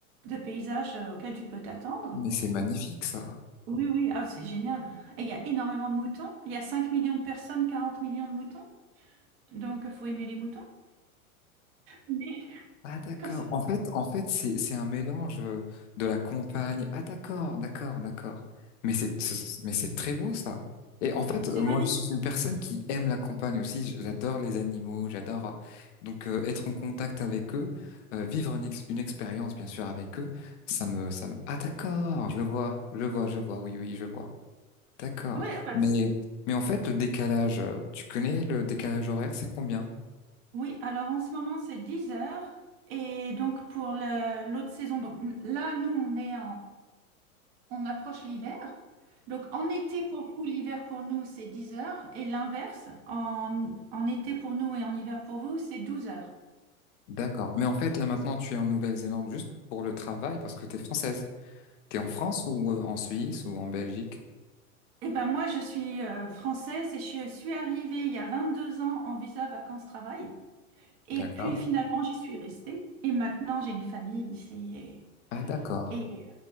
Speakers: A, on the right; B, on the left.
A: de paysage euh, auquel tu peux t'attendre.
B: mais c'est magnifique, ça.
A: Oui, oui, ah, c'est génial. Et il y a énormément de moutons. Il y a 5 millions de personnes, 40 millions de moutons. Donc faut aimer les moutons. Mais
B: Ah d'accord.
A: comme ça,
B: En fait, en fait, c'est c'est un mélange euh, de la campagne. Ah d'accord, d'accord, d'accord. Mais c'est c'est-
A: c'est
B: mais c'est très beau ça. Et en fait,
A: c'est
B: euh, moi,
A: magnifique.
B: je suis une personne qui aime la campagne aussi. J- J'adore les animaux, j'adore euh, donc euh, être en contact avec eux, euh, vivre une, ex- une expérience bien sûr avec eux. Ça me ça me. Ah d'accord, je vois, je vois, je vois. Oui, oui, je vois. D'accord.
A: Oui, enfin,
B: Mais
A: c'est-
B: mais en fait, le décalage. euh, Tu connais le décalage horaire, c'est combien?
A: oui, alors en ce moment c'est 10 heures. Et donc pour le- l'autre saison, donc là nous on est on approche l'hiver. Donc en été pour vous, l'hiver pour nous, c'est 10 heures. Et l'inverse, en, en été pour nous et en hiver pour vous, c'est 12 heures.
B: D'accord. Mais en fait, là maintenant, tu es en Nouvelle-Zélande juste pour le travail parce que tu es française. Tu es en France ou euh, en Suisse ou en Belgique?
A: Eh ben moi, je suis euh, française et je suis arrivée il y a 22 ans en visa vacances-travail. Et
B: D'accord.
A: puis finalement, j'y suis restée. Et maintenant, j'ai une famille ici.
B: Ah, d'accord.
A: Et, et-